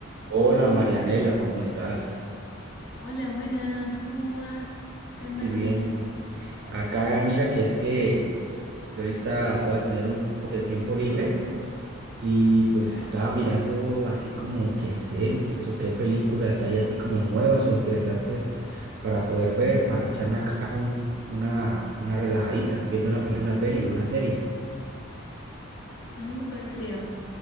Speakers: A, on the right; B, on the left.
A: Hola Marianela, ¿cómo estás?
B: Hola, buenas, ¿cómo va? ¿Qué andas
A: Muy bien.
B: haciendo?
A: Acá mira que es que yo ahorita voy a tener un poco de tiempo libre y
B: Ajá,
A: pues estaba mirando así como qué series o qué películas hay así como nuevas o interesantes para poder ver, para echarme acá un- una, una relajadita, viendo una peli, una peli, una serie.
B: algún recreo.